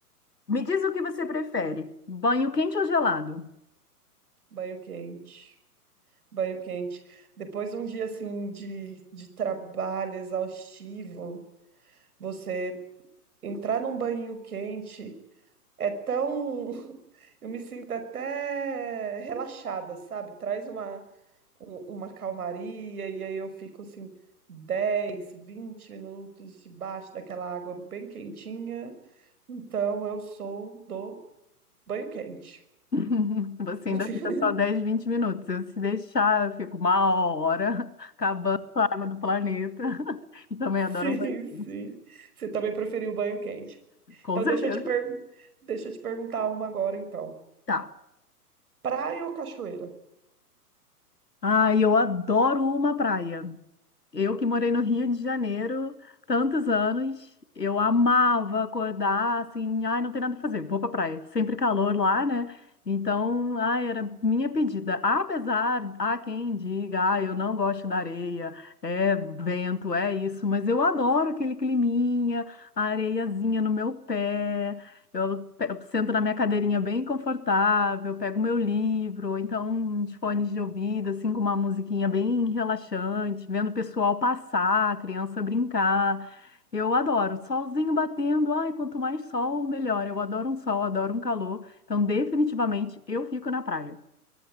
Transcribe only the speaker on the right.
Banho quente. Banho quente. Depois de um dia assim de, de trabalho exaustivo, você entrar num banho quente é tão. <laughs> Eu me sinto até relaxada, sabe? Traz uma, um- uma calmaria e aí eu fico assim 10 20 minutos debaixo daquela água bem quentinha. Então eu sou do Banho quente.
<laughs>
Sim,
sim. Você também preferiu banho quente.
Então,
deixa eu te pergun- deixa eu te perguntar uma agora, então.
Praia ou cachoeira?